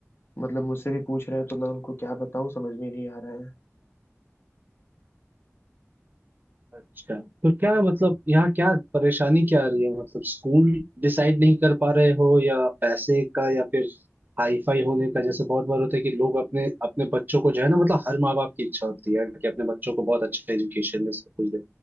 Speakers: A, on the left; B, on the right.
A: मतलब मुझसे भी पूछ रहे हैं तो मैं उनको क्या बताऊँ समझ में नहीं आ रहा है
B: अच्छा तो क्या मतलब यहाँ क्या परेशानी क्या आ रही है मतलब स्कूल डिसाइड नहीं कर पा रहे हो या पैसे का या फिर हाई फाई होने का जैसे बहुत बार होता है कि लोग अपने अपने बच्चों को जो है ना मतलब हर माँ बाप की इच्छा होती है कि अपने बच्चों को बहुत अच्छा एजुकेशन दे सब कुछ दे